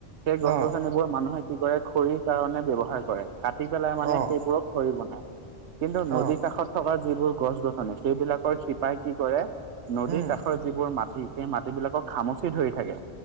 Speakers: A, on the right; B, on the right.
A: সেই গছ-গছনিবোৰ
B: অ',
A: মানুহে কি কৰে খৰিৰ কাৰণে ব্যৱহাৰ কৰে কাটি পেলাই মানে
B: অ',
A: সেইবোৰক কৰি বনায় কিন্তু
B: অ',
A: নদী কাষত থকা যিবোৰ গছ-গছনি সেইবিলাকৰ শিপাই কি কৰে নদীৰ
B: উম,
A: কাষত যিবোৰ মাটি সেই মাটবিলাকক খামুচি ধৰি থাকে